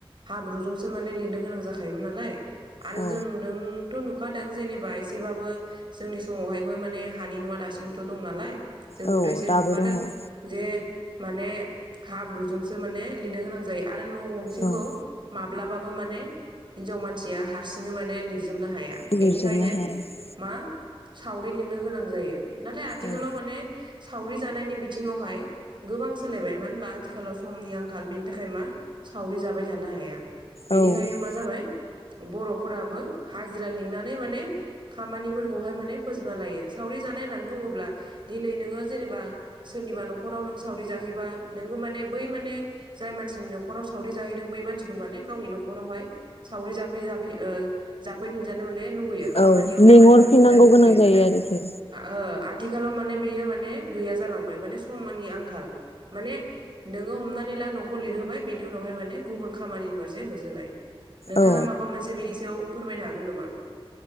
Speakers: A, on the right; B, on the left.
A: हाब्रुजोंसो माने लिरनो गोनां जाखायोमोन नालाय आरो
B: औ
A: जों नों थ नुखादों जेनेबा एसेबाबो जोंनि समावहायबो माने हानि नुवा दासिमबोथ दं नालाय जोंबोथ
B: औ
A: एसे
B: दाबो
A: नुखादों
B: दङ औ
A: जे माने हाब्रुजोंसो माने लिरनो गोनां जायो आरो न गंसेखौ
B: औ
A: माब्लाबाबो माने हिनजाव मानसिया हारसिङै माने लिरजोबनो हाया
B: लिरजोबनो
A: बेनिखायनो
B: हाया
A: मा सावरि लिंनो गोनां जायो नाथाय आथिखालाव
B: औ
A: माने सावरि जानायनि बिथिङावहाय गोबां सोलायबाय मानो होनबा आथिखालाव समनि आंखाल बेनि थाखाय मा सावरि जाबाय थानो हाया बेनिखायनो
B: औ
A: मा जाबाय बरफोराबो हाजिरा लिंनानै माने खामानिफोरखौहाय माने फोजोबना लायो सावरि जानाय होननानै बुङोब्ला दिनै नोङो जेनेबा सोरनिबा नखराव नों सावरि जाहैबा नोंबो माने बै माने जाय मानसिनि नखराव सावरि जाहैदों बै मानसिखौ माने गावनि नखरावहाय सावरि जाफै जाफि ओ जाफैफिनजानो माने लुुगैयो खामानियावहाय
B: औ लिंहरफिननांगौ
A: माने मोनफिनजानो लुुगैयो
B: गोनां जायो
A: नाथाय
B: आरोखि
A: आ ओ आथिखालाव माने बेयो माने गैया जालांबाय माने समनि आंखाल माने नोङो हमनानै ला नखौ लिरहोबाय बेनि उनावहाय माने गुबुन खामानि फारसे होसोनाय नोंथाङा
B: औ
A: माबा मोनसे बेनि सायाव फोरमायनो हागोन नामा